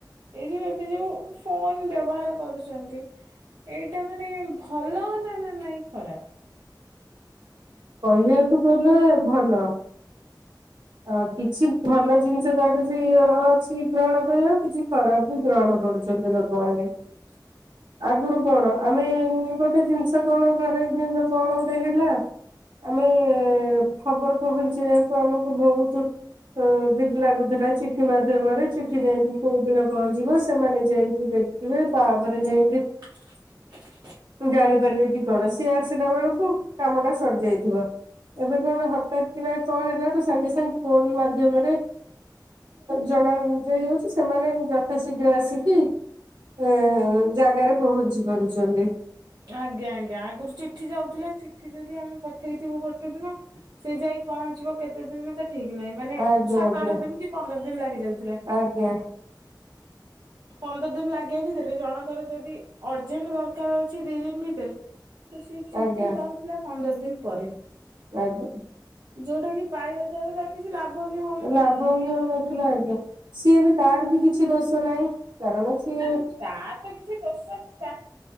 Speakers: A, on the right (about 60°); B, on the right (about 80°).
A: ଏଇ ଯୋଉ ଏବେ ଯୋଉ ଫୋନ ବ୍ୟବହାର କରୁଛନ୍ତି ଏଇଟା ମାନେ ଭଲ ନା ନା ନାଇଁ ଖରାପ?
B: କହିବାକୁ ଗଲେ ଭଲ ଆ କିଛି ଭଲ ଜିନିଷ ଅଛି <unintelligible> ଗ୍ରହଣ କରିବାକୁ କିଛି ଖରାପ କୁ ଗ୍ରହଣ କରୁଛନ୍ତି ଲୋକ ମାନେ।
A: <inaudible>
B: ଆଗରୁ କଣ ଆମେ ଗୋଟେ ଜିନିଷ କଣ ଘରେ <unintelligible> କଣ ଗୋଟେ ହେଲା ଆମେ ଖବର ପହଞ୍ଚେଇବାକୁ ଆମୁ ବହୁତ <unintelligible> ଲାଗୁଥିଲା ଚିଠି ମାଧ୍ୟମରେ ଏଠି ଯାଇକି କୋଉଦିନ ପହଞ୍ଚିବ ସେମାନେ ଯାଇକି ଦେଖିବେ ତାପରେ ଯାଇକି
A: <inaudible>
B: ଜାଣିପାରିବେ କି କଣ ସିଏ ଆସିଲା ବେଳକୁ କାମ ଟା ସରିଯାଇଥିବ। ଏବେ କଣ ହଟାତ୍ କି ନା କଣ ହେଲା ତ ସାଙ୍ଗେ ସାଙ୍ଗେ ଫୋନ୍ ମାଧ୍ୟମରେ ଜଣ ଦିଆ ଯାଉଛି ସେମାନେ ଯଥା ଶୀଘ୍ର ଆସିକି ଏ ଜାଗାରେ ପହଞ୍ଚି ପାରୁଛନ୍ତି।
A: ଆଜ୍ଞା ଆଜ୍ଞା ଆଗରୁ ଚିଠି ଯାଉଥିଲେ ଚିଠି ଯଦି ଆମେ ପଠେଇଥିବୁ ଗୋଟେ ଦିନ ସେ ଯାଇ ପହଞ୍ଚିବ କେତେ ଦିନରେ ତା ଠିକ୍ ନାହିଁ ମାନେ
B: ଆଜ୍ଞା
A: ସାତ
B: ଆଜ୍ଞା।
A: ଆଠ ଦିନ କି ପନ୍ଦର ଦିନ ଲାଗି ଯାଉଥିଲା।
B: ଆଜ୍ଞା
A: ପନ୍ଦର ଦିନ ଲଗିବା ଭିତରେ ଜଣଙ୍କର ଯଦି ଅର୍ଜେଣ୍ଟ ଦରକାର ଅଛି ଦି ଦିନ ଭିତେରେ ତ ସେ ଚିଠି
B: ଆଜ୍ଞା
A: ପାଉଥିଲା ପନ୍ଦର ଦିନ ପରେ
B: ଆଜ୍ଞା।
A: ଯୋଉଟା କି ପାଇବା ଦ୍ଵାରା ତାର କି ଲାଭ ବି ହ
B: ଲାଭ ବି ହୋଉନଥୁଲା ଆଜ୍ଞା ସିଏ ବି ତାର ବି କି କିଛି ଦୋଷ ନାହିଁ କାରଣ ସିଏ
A: ମାନେ ତାର ତ କିଛି ଦୋଷ ନଥିଲା